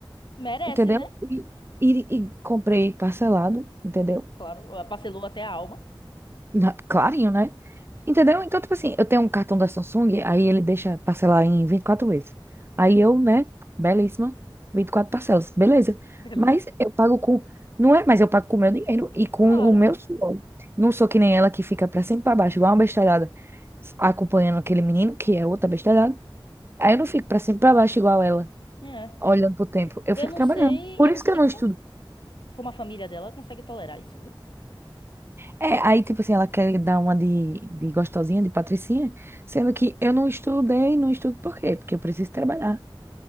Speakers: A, on the left; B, on the right.
A: merece,
B: entendeu?
A: né?
B: E, e, e comprei parcelado, entendeu?
A: Claro, ela parcelou até a alma.
B: <laughs> Na- Clarinho, né? Entendeu? Então, tipo assim, eu tenho um cartão da Samsung, aí ele deixa parcelar em 24 vezes.
A: Uhum.
B: Aí eu, né, belíssima, 24 parcelas, beleza.
A: Delícia.
B: Mas eu pago com. Não é, mas eu pago com o meu dinheiro e com
A: Claro,
B: o meu suor. Não sou que nem ela que fica pra sempre pra baixo, igual uma bestalhada, acompanhando aquele menino, que é outra bestalhada. Aí eu
A: sim,
B: não fico pra sempre pra baixo igual ela,
A: é.
B: olhando pro tempo. Eu
A: Eu
B: fico
A: não
B: trabalhando.
A: sei,
B: Por
A: eu
B: isso
A: não sei
B: que eu não
A: como,
B: estudo
A: como a família dela consegue tolerar isso, viu?
B: É, aí, tipo assim, ela quer dar uma de, de gostosinha, de patricinha, sendo que eu não estudei, não estudo por quê? Porque eu preciso trabalhar.